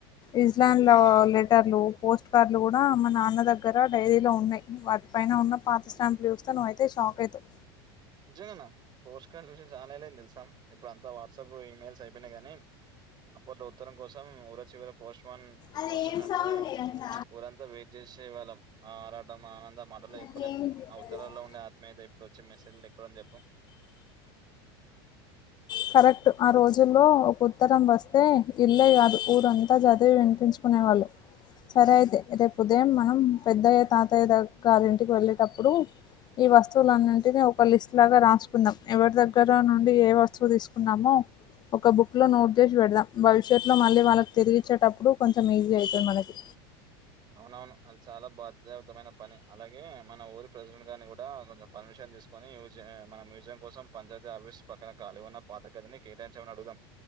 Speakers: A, on the left (about 35°); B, on the right (about 35°).
A: ఇజ్లాన్ లో లెటర్లు పోస్ట్ కార్డులు కూడా మనా న్న దగ్గర డైరీలో ఉన్నయ్ వాటి పైన ఉన్న పాత స్టాంపు చూస్తే నువ్ అయితే షాక్ అయితవ్
B: నిజంగనా పోస్ట్ కాన్ చూసి చాన ఏళ్ల అయిన్ది తెలుసా ఇప్పుడు అంతా వాట్సప్ ఈమెయిల్స్ అయిపోయినాయిగానీ అప్పట్లొ ఉత్తరం కోసం ఊర చివర పోస్ట్మన్
A: అది
B: వస్తుందంటే
A: ఏం సౌండ్ అంట
B: ఊరంత వెయిట్ చేసేవాళ్ళం ఆ ఆరాటం ఆనందం మాటల్లో
A: నాకేం
B: చెప్పలేం
A: వినిపిత్తలేదు
B: అ ఉత్తరాల్లో ఉండే ఆత్మీయత ఇప్పుడు వచ్చే మెసేజ్లొ ఎక్కడుంది చెప్పు
A: కరెక్టు ఆ రోజుల్లో ఒక ఉత్తరం వస్తే ఇల్లే కాదు ఊరంతా చదివి వినిపించు కునేవాళ్ళు సరే అయితే రేపు ఉదయం మనం పెద్దయ్య తాతయ్య దగ్ గారి ఇంటికి వెళ్ళేటప్పుడూ ఈ వస్తువులన్నింటిని ఒక లిస్ట్ లాగా రాసుకుందాం ఎవరి దగ్గర నుండి ఏ వస్త్ చూ తీసుకున్నామో ఒక బుక్ లో నోట్ చేసి పెడదాం భవిష్యత్ లో మళ్ళీ వాళ్ళకి తిరిగిచ్చేటప్పుడు కొంచెం ఈజీ అయితుంది మనకి
B: అవునవును అది చాలా బాధ్యాయుతమైన పని అలాగే మన ఊరి ప్రెసిడెంట్ గారిని కూడా కొంచం పర్మిషన్ తీసుకు కొని యుజే మన మ్యూజియం కోసం పంచాయతీ ఆఫీస్ పక్కన ఖాలీ ఉన్న పాత గదిని కేటాయించమని అడుగుదాం